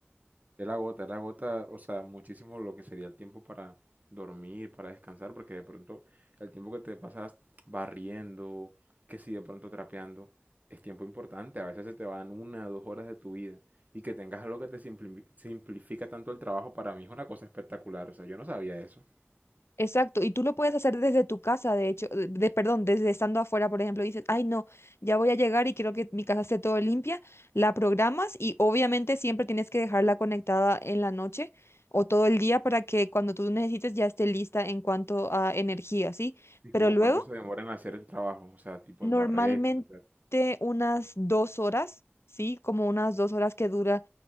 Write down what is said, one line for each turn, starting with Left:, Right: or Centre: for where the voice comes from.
Right: Él agota, él agota, o sea, muchísimo lo que sería el tiempo para dormir, para descansar, porque de pronto el tiempo que te pasas barriendo, que si de pronto trapeando, es tiempo importante. A veces se te van una o dos horas de tu vida. Y que tengas algo que te simpli- simplifica tanto el trabajo, para mí es una cosa espectacular. O sea, yo no sabía eso.
Left: Exacto, y tú lo puedes hacer desde tu casa, de hecho, de, de- perdón, desde estando afuera, por ejemplo, dices, ay no, ya voy a llegar y quiero que mi casa esté todo limpia, la programas y obviamente siempre tienes que dejarla conectada en la noche o todo el día para que cuando tú necesites ya esté lista en cuanto a energía, ¿sí?
Right: Y
Left: Pero
Right: como
Left: luego
Right: cuánto se demora en hacer el trabajo, o sea, tipo
Left: Normalmente
Right: en barrer y trapear.
Left: unas dos horas, ¿sí? Como unas dos horas que dura.